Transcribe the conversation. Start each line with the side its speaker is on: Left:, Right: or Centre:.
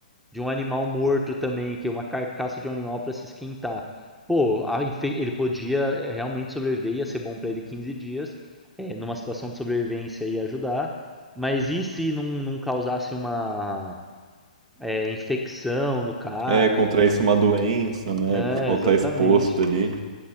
Centre: de um animal morto também, que é uma carcaça de um animal para se esquentar. Pô, a enfe- ele podia é, realmente sobreviver, ia ser bom para ele 15 dias, é, numa situação de sobrevivência ia ajudar, mas e se não, não causasse uma é, infecção no cara,
Right: É, contrair-se
Centre: né?
Right: uma doença, né?
Centre: É,
Right: Por conta
Centre: exatamente.
Right: exposto ali.